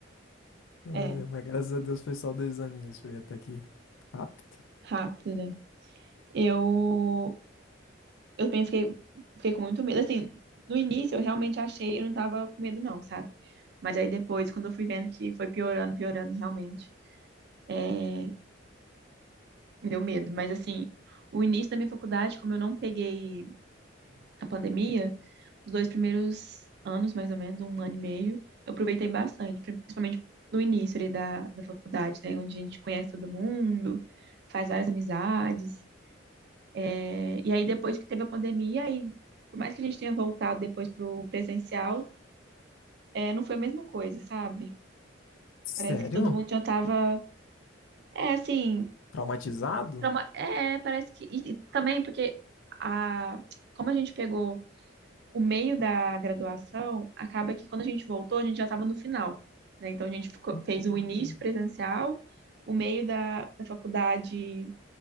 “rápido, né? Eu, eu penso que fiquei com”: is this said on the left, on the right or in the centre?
Right